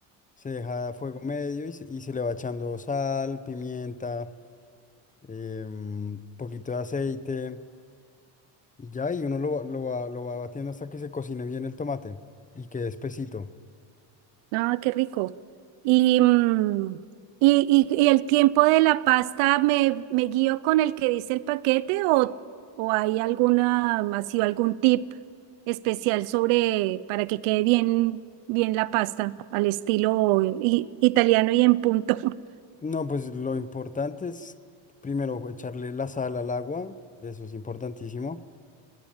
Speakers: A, on the left; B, on the right.
A: Se deja a fuego medio y se, y se le va echando sal, pimienta, un poquito de aceite y ya, y uno lo, va- lo va, lo va batiendo hasta que se cocine bien el tomate y quede espesito.
B: Ah, qué rico. Y, mm, y, y- y el tiempo de la pasta, ¿me, me guío con el que dice el paquete o, o hay alguna, ha sido algún tip especial sobre para que quede bien, bien la pasta al estilo i- italiano y en punto? <laughs>
A: No, pues lo importante es primero echarle la sal al agua, eso es importantísimo.